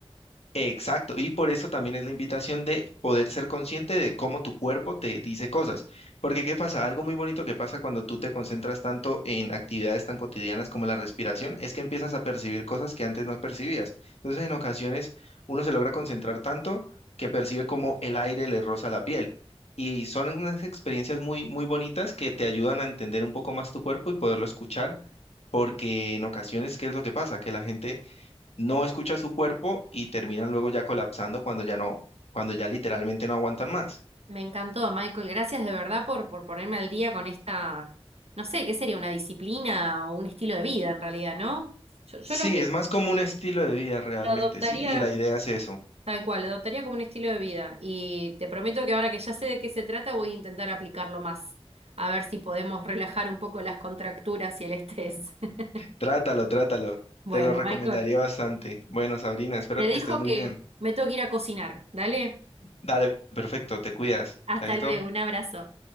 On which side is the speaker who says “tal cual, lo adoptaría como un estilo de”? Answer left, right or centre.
Right